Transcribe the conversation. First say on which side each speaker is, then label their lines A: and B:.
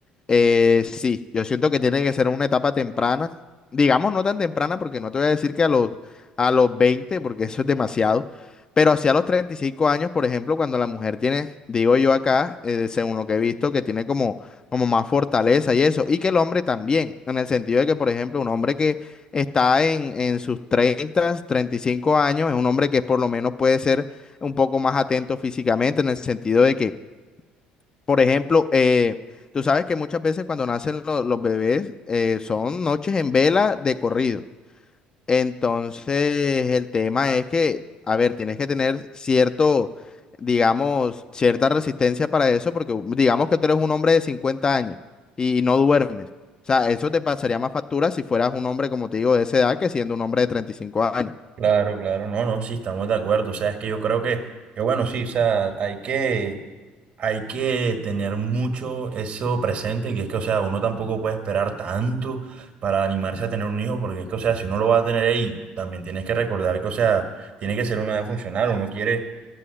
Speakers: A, on the left; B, on the right.
A: eh, sí, yo siento que tiene que ser una etapa temprana, digamos no tan temprana porque no te voy a decir que a los, a los 20, porque eso es demasiado, pero hacia los 35 años, por ejemplo, cuando la mujer tiene, digo yo acá, eh, según lo que he visto, que tiene como, como más fortaleza y eso, y que el hombre también, en el sentido de que, por ejemplo, un hombre que está en, en sus treinta treinta y cinco años, es un hombre que por lo menos puede ser un poco más atento físicamente, en el sentido de que por ejemplo, eh, tú sabes que muchas veces cuando nacen lo- los bebés eh, son noches en vela de corrido. Entonces, el tema es que, a ver, tienes que tener cierto, digamos, cierta resistencia para eso, porque u- digamos que tú eres un hombre de 50 años y, y no duermes. O sea, eso te pasaría más factura si fueras un hombre, como te digo, de esa edad que siendo un hombre de 35 años.
B: Claro, claro, no, no, sí, estamos de acuerdo. O sea, es que yo creo que, que bueno, sí, o sea, hay que, hay que tener mucho eso presente, que es que, o sea, uno tampoco puede esperar tanto para animarse a tener un hijo, porque es que, o sea, si uno lo va a tener ahí, también tienes que recordar que, o sea, tiene que ser una edad funcional, uno quiere